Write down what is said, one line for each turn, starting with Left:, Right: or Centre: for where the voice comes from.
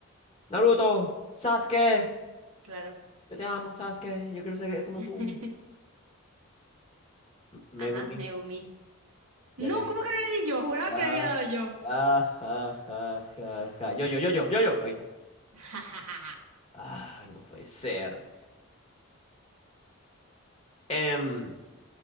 Left: Naruto, Sasuke.
Right: claro.
Left: Yo te amo, Sasuke. Yo quiero ser como
Right: <laughs>
Left: tú. M- Megumi.
Right: Ajá, Neumi. No,
Left: Ya le di
Right: ¿cómo
Left: yo.
Right: que no le di yo? Juraba
Left: Ah,
Right: que le había dado yo.
Left: ah, ja, ja, ja, ja. Yo, yo, yo, yo, yo, yo. Ahí está.
Right: <laughs>
Left: Ah, Ay, no puede ser. em,